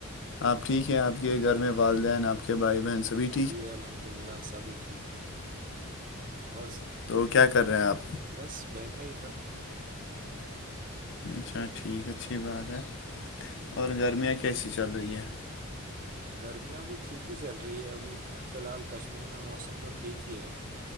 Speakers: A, on the left; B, on the right.
A: آپ ٹھیک ہے آپ کے گھر میں والدین آپ کے بائی مینس بھیچ
B: جی الحمد للہ سبھی ٹھیک ہے اور
A: تو کیا کر رہے ہیں آپ
B: بس بیٹھا ہی تھا
A: اچھا ٹھیک اچھی بات ہے اور گرمیاں کیسی چل رہی ہیں
B: گرمیاں بھیھی ٹھیک ہی چل رہی ہے ابھی فی الحال کشمیر میں موسم تو ٹھیک ہی ہے